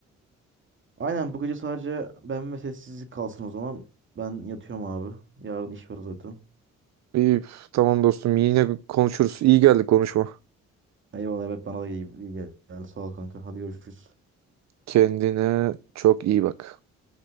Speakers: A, on the right; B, on the right.
A: Aynen bu gece sadece ben ve sessizlik kalsın o zaman. Ben yatıyorum abi. Yarın iş var zaten.
B: İyi, üf, tamam dostum yine konuşuruz. İyi geldi konuşma.
A: Eyvallah evet bana da iyi, iyi gel. Sağ ol kanka. Hadi görüşürüz.
B: Kendine çok iyi bak.